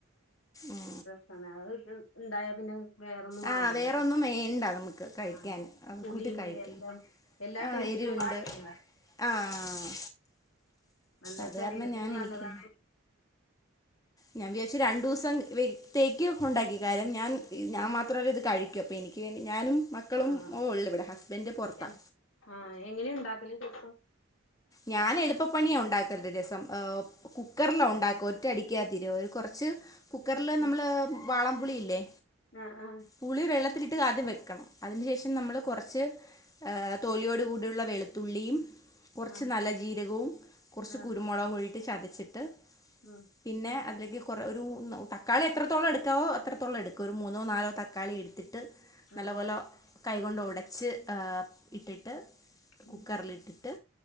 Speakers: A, on the left; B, on the left.
A: ഉം
B: <unintelligible> ത് ഇണ്ടായ പിന്നെ വേറൊന്നും വേണ്ടല്ലോ
A: ആഹ് വേറെൊന്നും വേണ്ട നമുക്ക് കഴിക്കന്
B: ആഹ്
A: അഹ്
B: പുളിയുണ്ട്
A: കൂട്ടി കഴിക്കാം
B: എല്ലാം എല്ലാ
A: ആഹ്
B: ടേസ്റ്റും
A: എരിവുണ്ട്
B: അടങ്ങിയതാ
A: ആഹ്
B: നല്ല
A: അത്
B: ശരീരത്തിനും
A: കാരണം ഞാൻ എനിക്ക്
B: നല്ലതാണ്
A: ഞാൻ വിചാച്ചി രണ്ടൂസം വത്തേക്ക് ഉണ്ടാക്കി കാര്യം ഞാൻ ഞാൻ മാത്രമല്ല ഇത് കഴിക്കൂ അപ്പൊ എനി ക്കേണ്ടി ഞാനും മക്കളും
B: ആഹ്
A: ഓഹ് ഉള്ള് ഇവിടെ ഹസ്ബന്റ് പുറത്താ
B: ഏഹ് ആഹ് ഇങ്ങനെ ണ്ടാക്കൽ രസം
A: ഞാന് എളുപ്പപ്പണിയാ ഉണ്ടാക്കൽ രസം ഏഹ് കുക്കറിലാ ഉണ്ടാക്കുവ ഒറ്റ അടിക്കാ തീരു കുറച്ച് കുക്കറില്
B: ഉം
A: നമ്മള് വാളംപൂളിയില്ലേ
B: ആഹ്
A: പുളി വെള്ളത്തിലിട്ട് ആദ്യം വെക്കണം അതിന് ശേഷം നമ്മൾ കുറച്ച് ഏഹ് തോലിയോട് കൂടിയുള്ള വെളുത്തുള്ളിയും
B: ആഹ്
A: കുറച്ച് നല്ല ജീരകവും കുറച്ച്
B: ആഹ് ആഹ്
A: കുരുമുളകും ആയിട്ടു ചതച്ചിട്ട്
B: ഉം
A: പിന്നെ അതിലേക്ക് കുറ ഒരു തക്കാളി എത്രത്തോളം എടുക്കാവോ എത്രത്തോളം എടുക്കും ഒരു മൂന്നോ നാലോ തക്കാളി എടുത്തിട്ട് നല്ലപോലെ
B: ആഹ്
A: കൈകൊണ്ട് ഉടച്ച് ഏഹ് ഇട്ടിട്ട്
B: ഉം
A: കുക്കറിലിട്ടിട്ട്